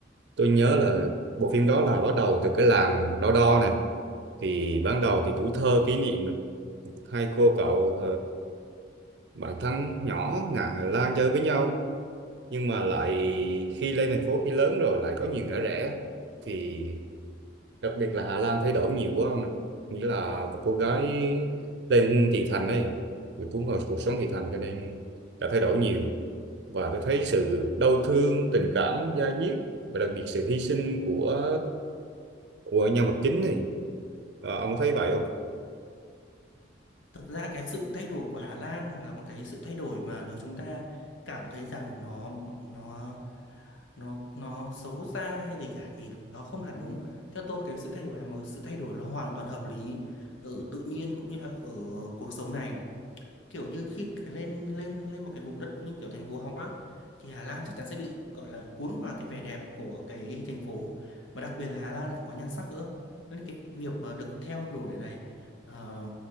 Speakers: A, on the right; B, on the left.
A: tôi nhớ là bộ phim đó là bắt đầu từ cái làng Đo Đo này thì ban đầu thì tuổi thơ kỷ niệm này. hai cô cậu bạn thân nhỏ ngà Hà Lan chơi với nhau nhưng mà lại khi lên thành phố khi lớn rồi lại có nhiều ngã rẽ thì đặc biệt là Hà Lan thay đổi nhiều quá không ạ? nghĩa là một cô gái lên thị thành ấy bị cuốn vào cuộc sống thị thành cho nên đã thay đổi nhiều và tôi thấy sự đau thương tình cảm da diết và đặc biệt sự hy sinh của của nhân vật chính này Ờ, ông có thấy vậy không
B: Thực ra cái sự thay đổi của Hà Lan là một cái sự thay đổi mà nếu chúng ta cảm thấy rằng nó nó nó nó xấu xa hay gì cả thì nó không hẳn đúng. Theo tôi cái sự thay đổi là một sự thay đổi nó hoàn toàn hợp lý ở tự nhiên cũng như là ở cuộc sống này kiểu như khi cái lên lên lên một cái vùng đất như kiểu thành phố Hồng á thì Hà Lan chắc chắn sẽ bị gọi là cuốn vào cái vẻ đẹp của cái thành phố mà đặc biệt là Hà Lan lại có nhan sắc nữa nên cái việc mà được theo đuổi này ờ,